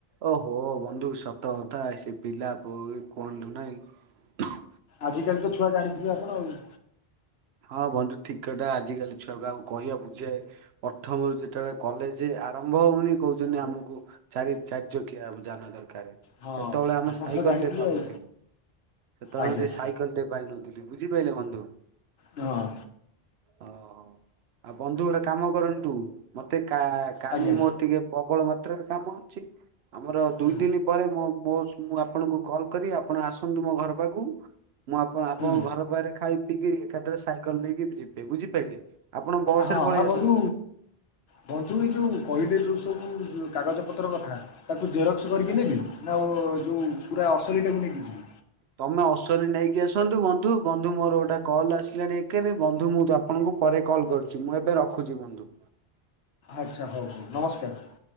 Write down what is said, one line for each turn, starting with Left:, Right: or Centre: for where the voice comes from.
Right: ଓହୋ ବନ୍ଧୁ ସତ କଥା, ସେ ପିଲା <unintelligible> କୁହନ୍ତୁ ନାଇଁ।
Left: ଆଜିକାଲି ତ ଛୁଆ ଜାଣିଥିବେ ଆପଣ ଆଉ।
Right: ହଁ ବନ୍ଧୁ ଠିକ୍ କଥା ଆଜିକାଲି ଛୁଆ ଙ୍କୁ ଆଉ କହିବା ବୁଝେ ପ୍ରଥମରୁ ଯେତେବେଳେ କଲେଜ ଆରମ୍ଭ ହଉନି କହୁଛନ୍ତି ଆମକୁ ଚାରି ଚାରି ଚକିଆ ଯାନ ଦରକାର।
Left: ହଁ
Right: ସେତେବେଳେ ଆମେ
Left: ଆପଣ
Right: ସାଇକେଲ
Left: ତ ଜାଣିଥିବେ
Right: ଟେ ପାଉନଥିଲୁ।
Left: ଆଉ
Right: ସେତେବେଳେ
Left: ଆଜ୍ଞା
Right: ଆମେ ସାଇକେଲ ଟେ ପାଇନଥିଲୁ ବୁଝିପାରିଲେ ବନ୍ଧୁ।
Left: ହଁ।
Right: ଓୋ ଆଉ ବନ୍ଧୁ ଗୋଟେ କାମ କରନ୍ତ ତୁ ମତେ କା କାଲି
Left: ଆଜ୍ଞା
Right: ମୋର ଟିକେ ପ୍ରବଳ ମାତ୍ରାରେ କାମ ଅଛି ଆମର ଦୁଇ
Left: ହୁଁ।
Right: ଦିନ ପରେ ମୋ ମୋ ମୁଁ ଆପଣଙ୍କୁ କଲ୍ କରି ଆପଣ ଆସନ୍ତୁ ମୋ ଘର ପାଖକୁ ମୁଁ ଆପଣ ଆପଣଙ୍କ
Left: ହୁଁ
Right: ଘର ପାଖରେ ଖାଇ ି ଏକାଥରେ ସାଇକେଲ ନେଇକି ଯିବେ ବୁଝିପାରିଲେ ଆପଣ ବସ
Left: ହଁ
Right: ରେ ପଳେଇ
Left: ଆଉ ବନ୍ଧୁ
Right: ଆସନ୍ତୁ
Left: ବନ୍ଧୁ ଯୋଉ କହିଲେ ଯୋଉ ସବୁ କାଗଜପତ୍ର କଥା ତାକୁ ଜେରକ୍ସ କରିକି
Right: ଆଜ୍ଞା।
Left: ନେବି ନା ଯେଉଁ ପୁରା ଅସଲିଟାକୁ ନେଇକି ଯିବି
Right: ତମେ ଅଶ୍ିନୀ ନେଇକି ଆସନ୍ତୁ ବନ୍ଧୁ ବନ୍ଧୁ ମୋର ଗୋଟେ କଲ୍ ଆସିଲାଣି ଏକେନି ବନ୍ଧୁ ମୁଁ ତ ଆପଣଙ୍କୁ ପରେ କଲ୍ କରୁଛି ମୁଁ ଏବେ ରଖୁଛି ବନ୍ଧୁ
Left: ଆଚ୍ଛା ହଉ ହଉ ନମସ୍କାର